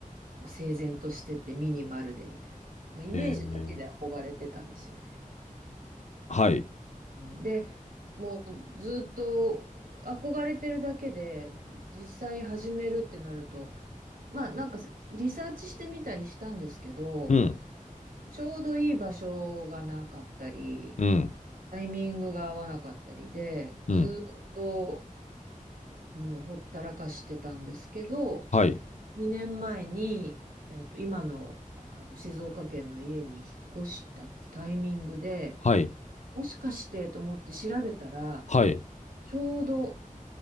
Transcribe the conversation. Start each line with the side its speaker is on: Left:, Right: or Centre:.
Right: こう整然としててミニマルでみたいな。もうイメージだけで憧れてたんですよね。
Left: えー、はい。
Right: うんで、もうずっと憧れてるだけで、実際始めるってなると、まあなんかリサーチしてみたりしたんですけど、
Left: うん。
Right: ちょうどいい場所がなかったり、
Left: うん。
Right: タイミングが合わなかったりで、
Left: うん。
Right: ずっと、うん、ほったらかしてたんですけど、
Left: はい。
Right: 2年前に、えっと、今の、あの静岡県の家に引っ越したタイミングで、
Left: はい。
Right: もしかしてと思って調べたら、
Left: はい。
Right: ちょうど